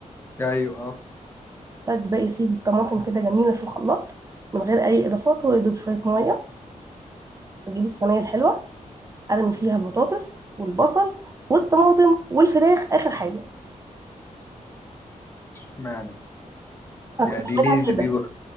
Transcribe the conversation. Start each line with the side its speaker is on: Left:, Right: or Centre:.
Left: ايوه اه
Right: بدي بقى يا سيدي الطماطم كده جميله في الخلاط من غير اي اضافات هو يدوب شويه ميه بجيب الصينيه الحلوه ارمي فيها البطاطس والبصل والطماطم والفراخ اخر حاجه
Left: اشمعنى
Right: انا
Left: يعني
Right: كنت بعملها
Left: ليه دي بيبقى
Right: كده